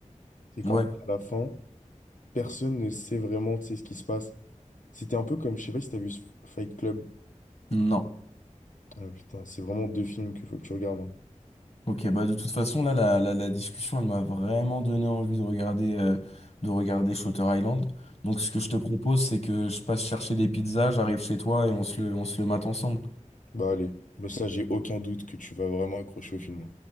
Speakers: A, on the left (about 75°); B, on the left (about 55°).
A: C'est qu'en
B: Ouais,
A: fait, à la fin, personne ne sait vraiment, tu sais, ce qui se passe. C'était un peu comme, je sais pas si t'as vu ce Fight Club.
B: non.
A: Ah, putain, c'est vraiment deux films qu'il faut que tu regardes. hein.
B: Ok, bah de toute façon, là, la, la, la discussion, elle m'a vraiment donné envie de regarder, euh, de regarder Shutter Island. Donc, ce que je te propose, c'est que je passe chercher des pizzas, j'arrive chez toi et on se le, on se le mate ensemble.
A: Bah allez, Bah, ça, j'ai aucun doute que tu vas vraiment accrocher au film.